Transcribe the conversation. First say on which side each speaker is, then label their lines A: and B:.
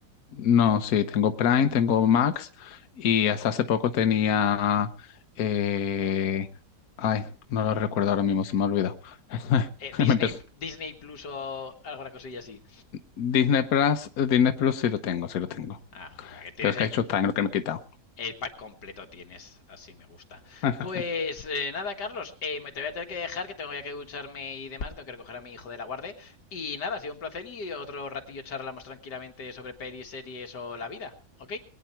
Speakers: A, on the left; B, on the left.
A: No, sí, tengo Prime, tengo Max y hasta hace poco tenía... eh, Ay, no lo recuerdo ahora mismo, se me olvidó. <laughs>
B: Eh, Disney,
A: Me empezó...
B: Disney Plus o alguna cosilla así.
A: Disney Plus, Disney Plus sí lo tengo, sí lo tengo.
B: Ah, o sea, que tienes
A: Pero es
B: el,
A: que hay Showtime, lo que me he quitado.
B: El pack completo tienes, así me gusta.
A: <laughs>
B: Pues eh, nada, Carlos, eh, me te voy a tener que dejar, que tengo ya que ducharme y demás, tengo que recoger a mi hijo de la guardia. Y nada, ha sido un placer y otro ratillo charlamos tranquilamente sobre pelis, series o la vida, ¿ok?